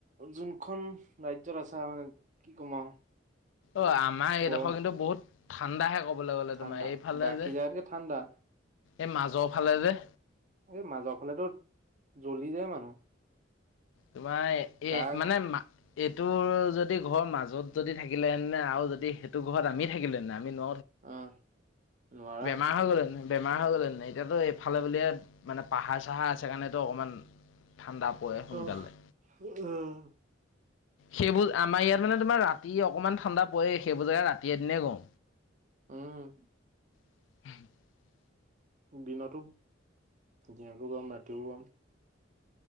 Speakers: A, on the right; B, on the left.
A: যোনখন। ৰাজ্যৰ আছা মানে কি কম আৰু।
B: অ' আমাৰ এইডখৰ
A: গৰম
B: কিন্তু বহুত ঠাণ্ডাহে কব কব গলে
A: ঠাণ্ডা
B: তোমাৰ এইফালে
A: বাকী
B: যে,
A: জেগাতকে ঠাণ্ডা
B: এই মাজৰ ফালে যে।
A: এই মাজৰ ফালেতো জ্বলি যায় মানুহ।
B: তোমাৰ এ
A: গা
B: মানে ম এইটো যদি ঘৰৰ মাজত যদি থাকিলে হে আৰু যদি সেইটো ঘৰত আমি থাকিলেহে আমি ন।
A: আহ। নোৱাৰা।
B: বেমাৰ হৈ গ'লে হেতেন, বেমাৰ হৈ গ'লে হেতেন এতিয়াতো ফালে ফুলিয়ে মানে পাহাৰ চাহা আছে কাৰণেতো অকণমান। ঠাণ্ডা পৰে সোনকালে।
A: অহ উম।
B: সেইবোৰ আমাৰ ইয়াত মানে তোমাৰ ৰাতি অকণমান ঠাণ্ডা পৰেই সেইবোৰজাগে ৰাতিয়ে এ দিনে গওঁ।
A: উম,
B: <inaudible>
A: দিনতো দিনতো গম ৰাতিও গম।